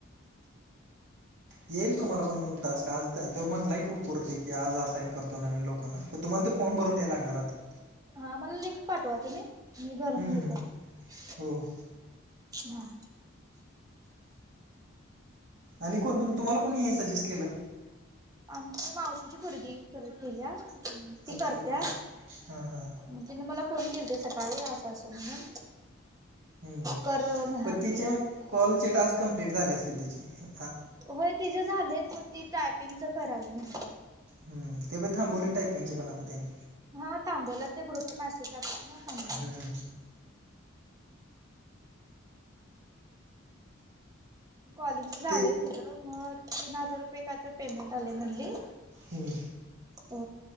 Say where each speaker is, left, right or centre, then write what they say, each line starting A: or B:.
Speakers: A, on the right (about 55°); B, on the right (about 15°).
A: येईल तुम्हाला पण तास्क आज तो म्हणलाय ग्रुपवरती की आज असाईन करतो नवीन लोकांना प तुम्हाला ते फॉर् भरून द्या लाणार आ ते
B: हा मला लिंक पाठवा तुम्ही मी भरून
A: हम्म
B: हे
A: हम्म.
B: करत
A: हो हो
B: हा.
A: आणि कोण तुम्हाला कोणी हे सजेस्ट केलं.
B: आमच्या मावशीची भरगी केल्या ती
A: ओके
B: करत्या.
A: ओके. हां हां
B: म्हणजे मला फोन केली ते सकाळी असं असं म्हणून
A: हम्म
B: कर म्हणाते.
A: पण तिचे कॉलचे टास्क कं्प्लीट झाले असतील तचे हे
B: होय तिच झालेत मग ती टायपिंगच करालोय म्हणली.
A: हम् तेव्हा थांबवले टायपिंगचे पण आता त्यांनी
B: हा थांबवला ते ग्रुपला मेसेज टाकत ना सां
A: हम्म
B: कॉलिंगच झालंय
A: ते
B: तिचं मग तीन हजार रुपये काय तर पेमेंट आलं म्हणली.
A: हम्म
B: हो